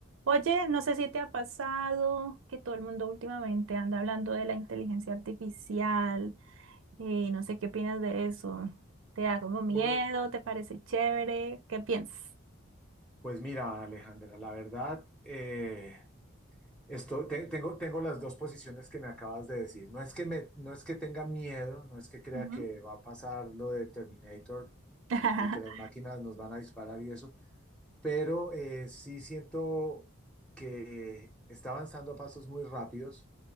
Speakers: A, on the right; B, in the centre.
A: Oye, no sé si te ha pasado que todo el mundo últimamente anda hablando de la inteligencia artificial y no sé qué opinas de eso. ¿Te da como miedo?
B: Bu-
A: ¿Te parece chévere? ¿Qué piensas?
B: Pues mira, Alejandra, la verdad, eh, esto, te- tengo, tengo las dos posiciones que me acabas de decir. No es que me, no es que tenga miedo, no es que crea
A: Ujú.
B: que va a pasar lo de Terminator
A: <laughs>
B: y que las máquinas nos van a disparar y eso, pero eh, sí siento que está avanzando a pasos muy rápidos,